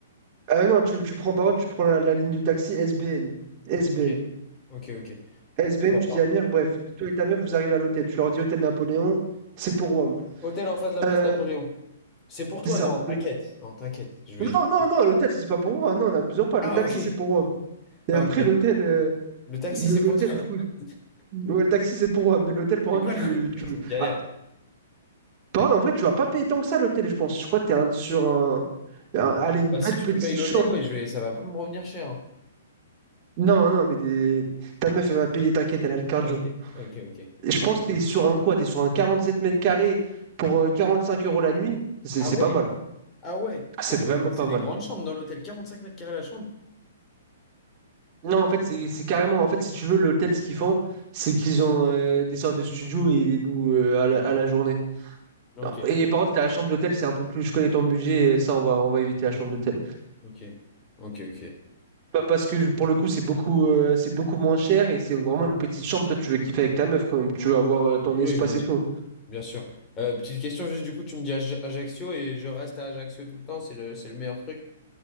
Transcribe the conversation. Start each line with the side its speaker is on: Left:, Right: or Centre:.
Right: Ah non, tu, tu prends, par contre, tu prends la, la ligne de taxi SBN. SBN.
Left: Ok. Ok, ok.
Right: SBN,
Left: Attends.
Right: tu dis Amir, bref, toi et ta meuf, vous arrivez à l'hôtel. Tu leur dis Hôtel Napoléon, c'est pour Rome.
Left: Hôtel en face de la place
Right: Euh,
Left: Napoléon. C'est pour toi,
Right: c'est ça.
Left: non,
Right: Le-
Left: t'inquiète. Non, t'inquiète. Je vais,
Right: Non,
Left: je vais-
Right: non, non, l'hôtel, c'est pas pour moi. Non, n'abusons pas. Le
Left: Ah,
Right: taxi,
Left: ok.
Right: c'est pour Rome. Et
Left: Ah,
Right: après,
Left: ok.
Right: l'hôtel, euh,
Left: Le taxi,
Right: le-
Left: c'est
Right: l'hôtel,
Left: pour toi.
Right: du coup,
Left: <laughs>
Right: ouais, le taxi, c'est pour Rome. Mais l'hôtel, par
Left: C'est
Right: contre,
Left: pas
Right: tu,
Left: le- <laughs>
Right: tu...
Left: C'est une galère.
Right: Ah, Par- en vrai, tu vas pas payer tant que ça l'hôtel, je pense. Je crois que t'es un- sur un, un- Allez, une
Left: Bah,
Right: belle
Left: si tu
Right: petite
Left: me payes l'hôtel,
Right: chambre.
Left: ouais, je vais. Ça va pas me revenir cher. hein.
Right: Non, non, mais des- ta meuf, elle va payer, t'inquiète, elle a le cardio.
Left: Ok, ok, ok.
Right: Et je pense que t'es sur un quoi? T'es sur un 47 mètres carrés pour euh, 45 euros la nuit. C'est
Left: Ah
Right: c'est
Left: ouais?
Right: pas mal.
Left: Ah ouais, putain,
Right: C'est vraiment
Left: c'est
Right: pas
Left: c'est des
Right: mal.
Left: grandes chambres dans l'hôtel, 45 mètres carrés la chambre.
Right: Non, en fait, c'est c'est carrément. En fait, si tu veux, l'hôtel, ce qu'ils font, c'est qu'ils ont euh, des sortes de studios et ils les louent euh, à la, à la journée.
Left: Ah, Ok,
Right: Et par contre, la chambre d'hôtel, c'est un peu plus. Je connais ton budget, ça, on va, on va éviter la chambre d'hôtel.
Left: ok, ok, ok.
Right: Pas- Parce que pour le coup, c'est beaucoup, euh, c'est beaucoup moins cher et c'est vraiment une petite chambre. Toi, tu veux kiffer avec ta meuf quand même. Tu veux avoir euh, ton
Left: Oui,
Right: espace
Left: bien
Right: et
Left: sûr.
Right: tout.
Left: Bien sûr. Euh, petite question, juste du coup, tu me dis Aj- Ajaccio et je reste à Ajaccio tout le temps, c'est le, c'est le meilleur truc.